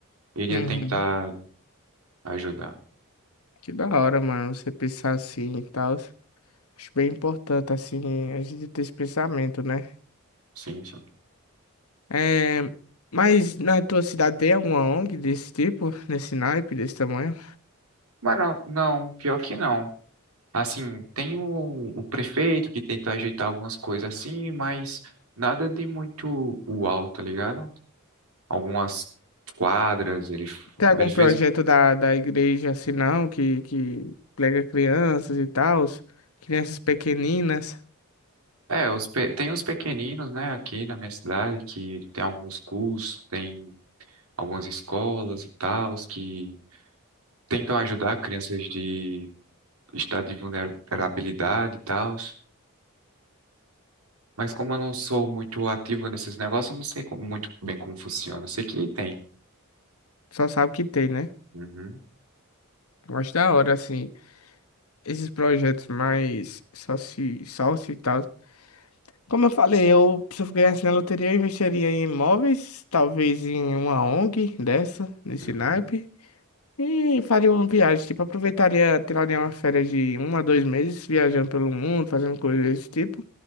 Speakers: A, on the right; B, on the left.
A: iria
B: Uhum.
A: tentar ajudar.
B: Que da hora, mano, você pensar assim e tal. Acho bem importante, assim, a gente ter esse pensamento, né?
A: Sim, sim.
B: É... Mas na tua cidade tem alguma ONG desse tipo, nesse naipe, desse tamanho?
A: Mas não, não, pior que não. Assim, tem o, o prefeito que tenta ajeitar algumas coisas assim, mas nada de muito uau, tá ligado? Algumas quadras, ele, f-
B: Tem algum
A: ele
B: projeto
A: fez
B: da, da igreja assim não, que, que prega crianças e tal, crianças pequeninas,
A: É, os pe- tem os pequeninos, né, aqui na minha cidade, que tem alguns cursos, tem algumas escolas e tal, que tentam ajudar crianças de estado de vulnerabilidade e tal. Mas como eu não sou muito ativo nesses negócios, eu não sei como- muito bem como funciona. Eu sei que tem.
B: só sabe que tem, né?
A: Uhum,
B: Eu acho da hora, assim, esses projetos mais sócio, sócio e tal. Como eu falei, eu, se eu ganhasse na loteria, eu investiria em imóveis, talvez em uma ONG dessa, nesse
A: uhum,
B: naipe. E faria uma viagem, tipo, aproveitaria, tiraria uma férias de um a dois meses viajando pelo mundo, fazendo coisas desse tipo.